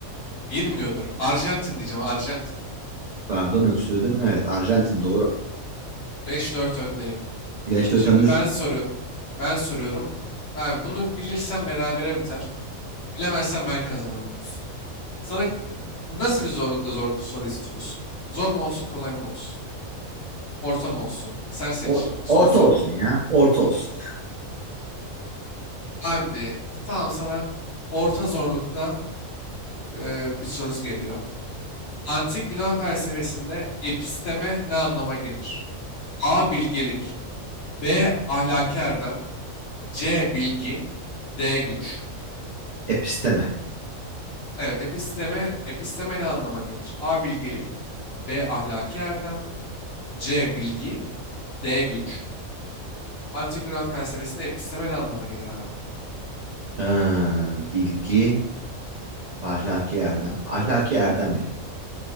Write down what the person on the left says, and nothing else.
Girmiyordur. Arjantin diyeceğim. Arjantin.
Beş dört öndeyim.
Şimdi
ben soruyorum. Ben soruyorum. Ha, bunu bilirsen berabere biter. Bilemezsen ben kazanırım olsun. Sana nasıl bir zorlukta zor soru istiyorsun? Zor mu olsun, kolay mı olsun? Orta mı olsun? Sen seç
son
sorunu.
Abi tamam sana orta zorlukta e, bir soru geliyor. Antik Yunan felsefesinde episteme ne anlama gelir? A. Bilgelik B. Ahlaki erdem C. Bilgi D. Güç
Evet episteme, episteme ne anlama gelir? A. Bilgelik B. Ahlaki erdem C. Bilgi D. Güç Antik Yunan felsefesinde episteme ne anlama gelir abi?